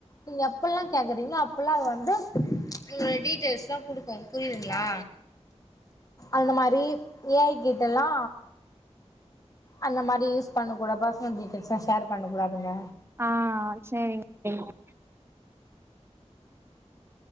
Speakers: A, on the left; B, on the right.
A: நீங்க எப்பல்லா கேக்குறீங்கலோ அப்பல்லா அது வந்து உங்க டீட்டெய்ல்ஸ்ல்லா குடுக்கும் புரியுதுங்களா அந்த மாரி ஏ ஐ கிட்டல்லா அந்த மாரி யூஸ் பண்ண கூடாது பர்சனல் டீடெய்ல்ஸ்லா ஷேர் பண்ண கூடாதுங்க
B: ஆ சேரிங்க தோழி